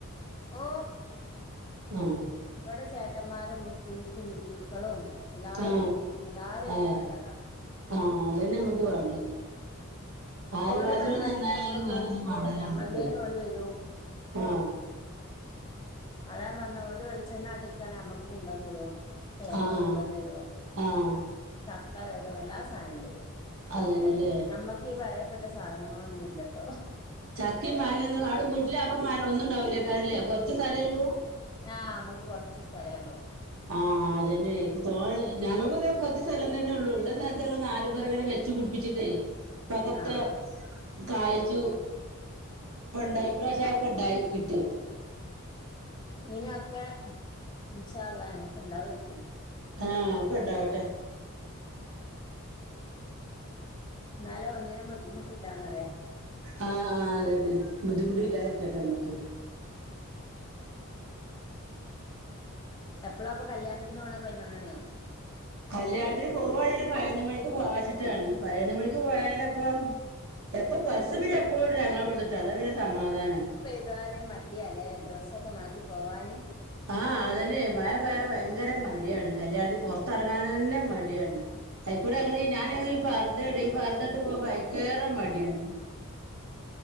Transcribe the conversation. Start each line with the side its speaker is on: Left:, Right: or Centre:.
Left: ഓ.
Right: ആഹ്.
Left: ഇവടെ ചേട്ടമ്മാരും മുസ്ലിംസും ഹിന്ദുക്കളും എല്ലാരുണ്ട്
Right: ആഹ്
Left: എല്ലാരായിട്ടും
Right: ആഹ്
Left: നല്ലതാ.
Right: ആഹ് അതന്നെ അമ്മക്ക് വേണ്ടതി അയൽവാസ്യേള്
Left: ഓലെ പരിപാടിക്ക്
Right: നന്നായാല്
Left: നമ്മളും
Right: വേറൊന്നും
Left: പോവും
Right: വാണ്ടില്ല
Left: നമ്മളതേന്
Right: അമ്മക്ക്,
Left: ഓല് വരും
Right: ആഹ്.
Left: അതാ ഞാൻ പറഞ്ഞെ ഓല് വെളിച്ചെണ്ണാട്ടീക്കാണേ നമ്മക്ക് കൊണ്ടേന്നെരും. തേങ്ങിം
Right: ആഹ്
Left: കൊണ്ടോന്നെരും
Right: ആഹ്
Left: ചക്ക തെരും എല്ലാ സാനും തെരും.
Right: അങ്ങനെലേ
Left: അമ്മക്ക് ഈ പറയപ്പെട്ട സാധനങ്ങളൊന്നുല്ലട്ടോ.
Right: ചക്കിം മാങ്ങീന്നും അവ്ടെ വീട്ട്ല് അപ്പ മരൊന്നുണ്ടാവിലേക്കാരംല്ലേ കൊറച്ച് സ്ഥലേള്ളൂ?
Left: ആഹ് ഇമ്മക്ക് കൊറച്ച് സ്ഥലേഒള്ളൂ.
Right: ആഹ് അതന്നെ ഇന്കി തോന്നി ഞങ്ങക്കുംതാ കൊറച്ച് സ്ഥലം തന്നേള്ളു ഇള്ള സ്ഥലത്തെക്കെ നാല് പൊരങ്ങനെ വെ പുടിപ്പിച്ചിട്ടേ ഇപ്പ അതൊക്കെ.
Left: ആഹ്
Right: കായിച്ചൂ ഇപ്പണ്ടായി ഇപ്രാശ്യാക്കെണ്ടായി കിട്ടി.
Left: ഇനിഒക്കെ ഉം ഇൻഷാ അള്ളാ ഞമ്മക്ക് ഇണ്ടാവേക്കും.
Right: ആഹ് ഒക്കെണ്ടാവട്ടേ
Left: ന്നാലെ ഒന്നിനും ബുദ്ധിമുട്ടില്ലാന്നറിയ.
Right: ആഹ് ആഹ് അതെന്നെ ബുദ്ധിമുട്ടില്ലാതിരിക്കട്ടെ ഞമ്മക്ക്.
Left: എപ്പളാ അപ്പ കല്യാൺത്തിന് പോണേ പൈനൊന്നണിയോ.
Right: കല്ല്യാണത്തിന് പോവായാല് പയിനൊന്ന് മണിക്ക് പോവാച്ചിട്ടാണ് പയിനൊന്ന് മണിക്ക് പോയാലപ്പം എപ്പൊ ബസ് പിന്നെപ്പോഴും ഞങ്ങളെവ്ടുന്ന് കിട്ടും അതാ പിന്നൊര് സമാധാനം.
Left: <inaudible> മടിയാലേ ഡ്രസ്സൊക്കെ മാറ്റി പോവാന്.
Right: ആഹ് അതന്നെ മഴപയ ഭയങ്കര മട്യാണ് കല്യാണത്തി പൊറത്തെറങ്ങാൻ തന്നെ മട്യാണ്. അയിക്കൂടെ ഞമ്മളീ ഞാന് ഈ പർദ്ദ ഇടാ ഈ പർദ്ദട്ട് പോവാപ്പയിക്കേറ മട്യാണ്.